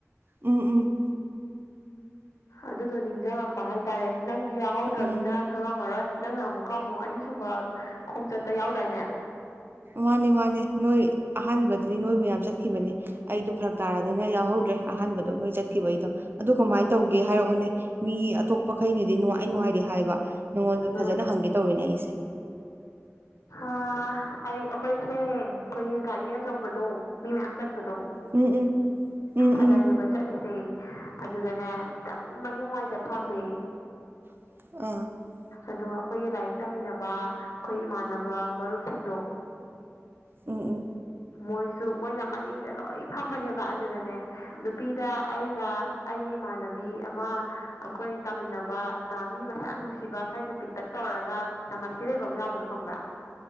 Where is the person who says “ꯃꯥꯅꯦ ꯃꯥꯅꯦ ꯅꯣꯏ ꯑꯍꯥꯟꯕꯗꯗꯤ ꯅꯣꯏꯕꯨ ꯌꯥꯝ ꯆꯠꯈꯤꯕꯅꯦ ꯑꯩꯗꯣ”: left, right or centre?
Right